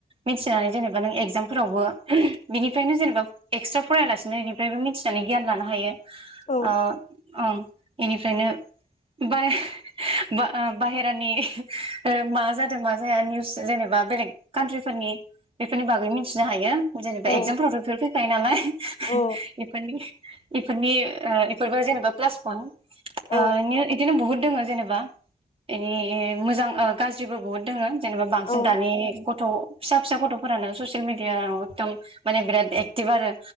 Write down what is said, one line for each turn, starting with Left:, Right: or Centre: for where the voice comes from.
Right: मिथिनो हायो जेनेबा बा नों एगजामफोरावबो बिनिफ्रायनो जेनेबा एक्सट्रा फरायालासिनो बेनिफ्रायबो मिथिनानै गियान लानो हायो
Left: औ
Right: आ ओं इनिफ्रायनो बाय बा आ बाहेरानि ओ मा जादों मा जाया निउस जेनेबा बेलेग कान्ट्रिफोरनि बेफोरनि बागै मिथिनो हायो <unintelligible>
Left: औ
Right: एक्जामफोरा <unintelligible> <unintelligible> <unintelligible>
Left: औ
Right: इफोरनि इफोरबो जेनेबा प्लास पइन
Left: औ
Right: आ एदिनो बहुत दोंङो जेनेबा एनि मोजां गाज्रिबो बहुद दोंङो जेनेबा बांसिन
Left: औ
Right: दानि गथ' फिसा फिसा गथ' फोरानो ससियेल मिडिया एकदम माने बिरात एकटिभ आरो